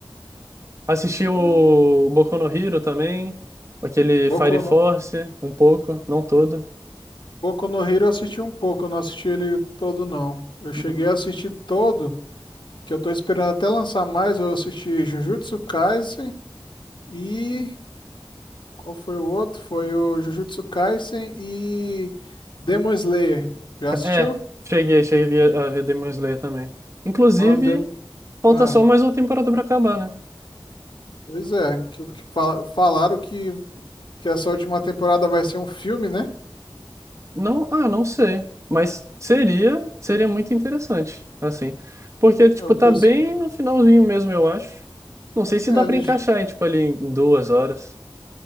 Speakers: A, on the right (about 35°); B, on the left (about 65°).
A: Assisti o
B: Pois-
A: Boku no Hero também, aquele
B: Boku
A: Fire Force,
B: no,
A: um pouco, não todo.
B: Boku no Hero eu assisti um pouco, eu não assisti ele todo, não. Eu cheguei
A: Uhum.
B: a assistir todo, que eu tô esperando até lançar mais, eu assisti Jujutsu Kaisen. E qual foi o outro? Foi o Jujutsu Kaisen e Demon Slayer. Já assistiu?
A: É, cheguei, cheguei a ver Demon Slayer também. Inclusive,
B: One Dem-
A: falta
B: Ah,
A: só mais uma temporada pra acabar, né?
B: pois é, que, que fal- falaram que, que essa última temporada vai ser um filme, né?
A: Não, ah, não sei, mas seria, seria muito interessante, assim. Porque, tipo,
B: É, é o
A: tá
B: pessoal.
A: bem no finalzinho mesmo, eu acho. Não sei se
B: É,
A: dá pra
B: eles-
A: encaixar, hein, tipo, ali em duas horas